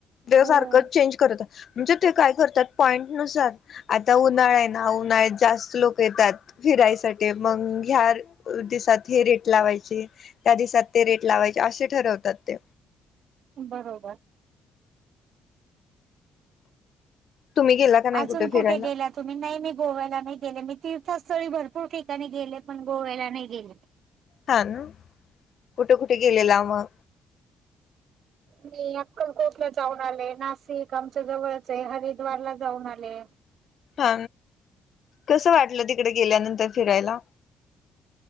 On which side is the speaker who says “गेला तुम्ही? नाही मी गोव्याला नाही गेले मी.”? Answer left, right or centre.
Right